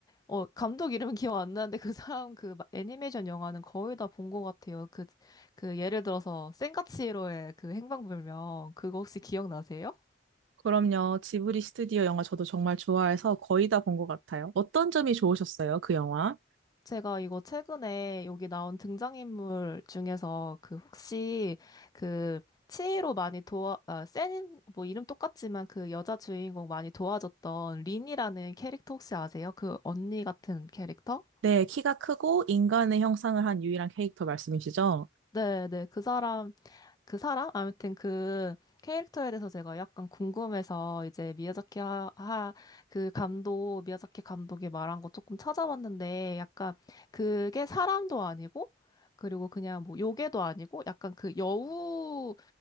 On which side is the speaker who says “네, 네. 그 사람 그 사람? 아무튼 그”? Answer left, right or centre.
Left